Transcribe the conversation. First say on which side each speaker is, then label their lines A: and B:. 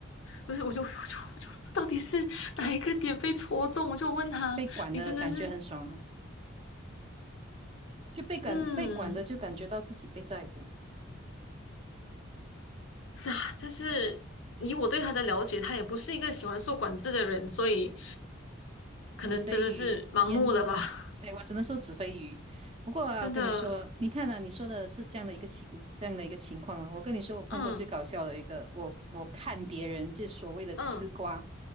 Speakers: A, on the left; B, on the right.
A: 不是？我就我就我就到底是哪一个点被戳中？我就问他，
B: 被管的感觉很爽啊，
A: 你真的是
B: 就被感被管的就感觉到自己被在乎。
A: 嗯。是啊，但是以我对他的了解，他也不是一个喜欢受管制的人，所以可能真的是盲目了吧？
B: 子非鱼焉知？
A: <laughs>
B: 哎，我只能说子非鱼。不过啊，
A: 真的，
B: 跟你说，你看啊，你说的是这样的一个情，这样的一个情况了。我跟你说，我碰过最搞笑的一个，
A: 嗯
B: 我我看别人就是所谓的吃瓜，
A: 嗯